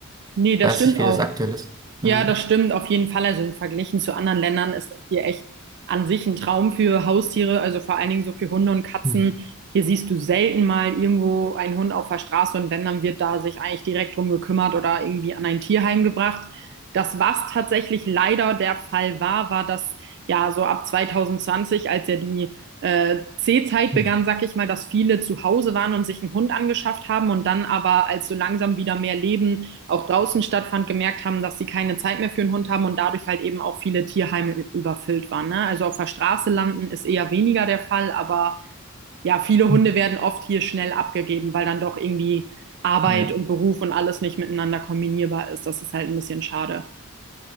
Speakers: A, on the right (about 55°); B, on the right (about 20°).
A: Nee, das
B: Ich weiß
A: stimmt
B: nicht, wie
A: auch.
B: das aktuell ist. Ja.
A: Ja, das stimmt auf jeden Fall. Also im Verglichen zu anderen Ländern ist das hier echt an sich ein Traum für Haustiere, also vor allen Dingen so für Hunde und Katzen.
B: Hm,
A: Hier siehst du selten mal irgendwo einen Hund auf der Straße und wenn, dann wird da sich eigentlich direkt drum gekümmert oder irgendwie an ein Tierheim gebracht. Das, was tatsächlich leider der Fall war, war, dass ja so ab 2020, als ja die äh, C-Zeit
B: hm,
A: begann, sag ich mal, dass viele zu Hause waren und sich einen Hund angeschafft haben und dann aber, als so langsam wieder mehr Leben auch draußen stattfand, gemerkt haben, dass sie keine Zeit mehr für einen Hund haben und dadurch halt eben auch viele Tierheime überfüllt waren. Ne? Also auf der Straße landen ist eher weniger der Fall, aber ja, viele Hunde
B: hm.
A: werden oft hier schnell abgegeben, weil dann doch irgendwie Arbeit
B: Ja,
A: und Beruf und alles nicht miteinander kombinierbar ist. Das ist halt ein bisschen schade.